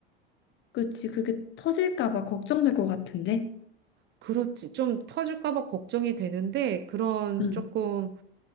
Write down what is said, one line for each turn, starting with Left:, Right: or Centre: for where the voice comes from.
Left: 그치 그게 터질까 봐 걱정될 것 같은데.
Right: 그렇지. 좀 터질까 봐 걱정이 되는데 그런
Left: 음.
Right: 조금